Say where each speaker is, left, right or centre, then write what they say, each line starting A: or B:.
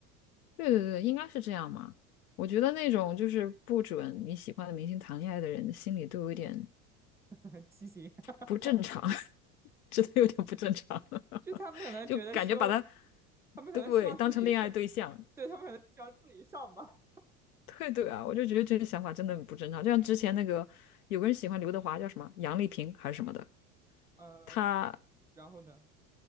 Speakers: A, on the left (about 80°); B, in the centre.
A: 对对对，应该是这样嘛。我觉得那种就是不准你喜欢的明星谈恋爱的人，心里都有一点
B: <laughs> 畸形。<laughs>
A: 不正常，<laughs> 真的有点不正常，
B: 就他们可能觉得希望，
A: <laughs> 就感觉把他
B: 他们可能希望自己是。
A: 对当成恋爱对象。
B: 对，他们可能喜欢自己上吧。
A: 对对啊，我就觉得这个想法真的很不正常。就像之前那个有个人喜欢刘德华，叫什么杨丽萍还是什么的，
B: <laughs> 呃，
A: 他
B: 然后呢？